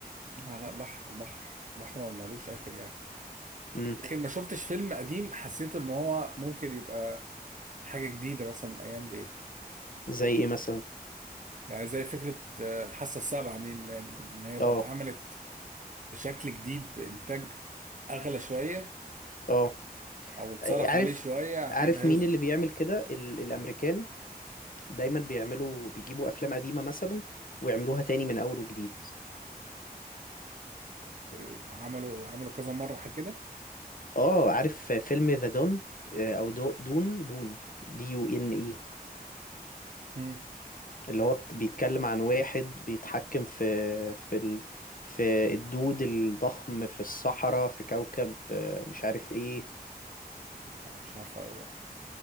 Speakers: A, on the right; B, on the left.
A: لا لا بحر بحر بحر ما ملوش اخر يعني
B: امم
A: لكن ما شفتش فيلم قديم حسيت ان هو ممكن يبقى حاجة جديدة مثلا الأيام ديت
B: زي ايه مثلا
A: يعني زي فكرة آه، الحاسة السابعة دي إن إن هي لو
B: اه
A: اتعملت بشكل جديد بإنتاج أغلى شوية
B: اه
A: أو اتصرف
B: عارف
A: عليه شوية
B: عارف
A: أكيد هيظبط
B: مين اللي بيعمل كده ال الامريكان دايما بيعملوا بيجيبوا افلام قديمة مثلا ويعملوها تاني من اول وجديد
A: أوكي عملوا عملوا كذا مرة حاجة كده
B: اه عارف فيلم ذا دون او دو دون دون دي يو ان اي
A: مم.
B: اللي هو بت- بيتكلم عن واحد بيتحكم في في ال... في الدود الضخم في الصحراء في كوكب آه، مش عارف ايه
A: لا، مش عارفة أوي يعني